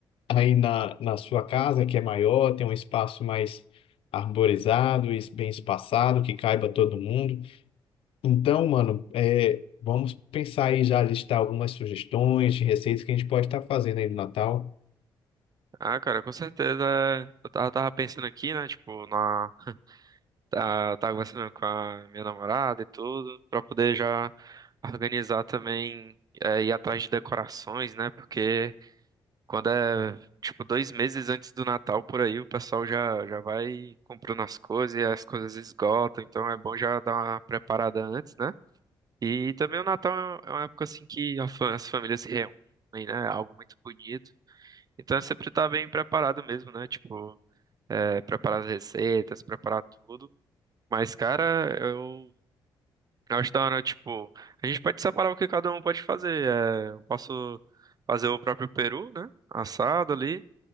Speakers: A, on the left; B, on the right.
A: Aí na, na sua casa, que é maior, tem um espaço mais arborizado e bem espaçado, que caiba todo mundo. Então, mano, é, vamos pensar aí já listar algumas sugestões de receitas que a gente pode estar fazendo aí no Natal.
B: Ah, cara, com certeza. é, Eu tava, tava pensando aqui, né? Tipo, na. tá- Tava conversando com a minha namorada e tudo, pra poder já organizar também, é, ir atrás de decorações, né? Porque quando é, tipo, dois meses antes do Natal por aí, o pessoal já, já vai comprando as coisas e as coisas esgotam, então é bom já dar uma preparada antes, né? E também o Natal é uma é uma época assim que a fa- as famílias se reúnem, né? É Algo muito bonito. Então é sempre tá bem preparado mesmo, né? Tipo é, preparar as receitas, preparar tudo. Mas, cara, eu acho da hora, tipo, a gente pode separar o que cada um pode fazer. É, eu posso fazer o próprio peru, né? Assado ali,